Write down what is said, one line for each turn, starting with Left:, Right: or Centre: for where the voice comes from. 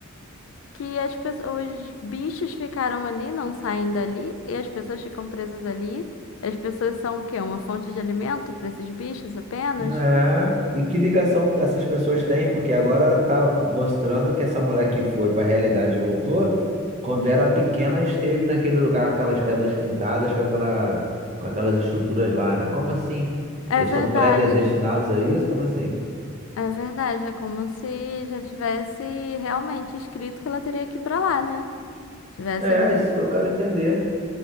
Left: que as pessoas, os bichos ficaram ali, não saem dali, e as pessoas ficam presas ali. As pessoas são o quê? Uma fonte de alimento para esses bichos apenas?
Right: né? E que ligação essas pessoas têm? Porque agora tá mostrando que essa mulher que foi para a realidade e voltou, quando era pequena, esteve naquele lugar com aquelas pedras pintadas, com aquela, com aquelas estruturas lá, né? Como assim? Eles
Left: É verdade,
Right: estão predestinados a isso? Como assim?
Left: é verdade. É como se já tivesse realmente escrito que ela teria que ir pra lá, né? Tivesse
Right: É,
Left: ali. no-
Right: é isso que eu quero entender.